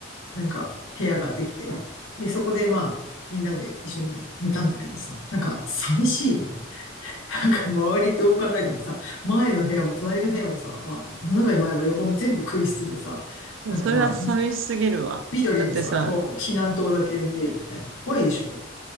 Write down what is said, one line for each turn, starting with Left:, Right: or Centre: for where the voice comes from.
Left: なんか部屋ができて。で、そこでまあ、
Right: う
Left: みんなで一緒に寝たんだけどさ、なんか寂しいよね。なんか周りどう考えてもさ、前の部屋も隣の部屋もさ、まあ、斜め前も横も全部空室でさ、なんかまあ、
Right: ん <laughs> それは寂しすぎるわ。
Left: 緑のさ、
Right: だってさ、
Left: こう、避難灯だけ見えるみたいな、怖いでしょ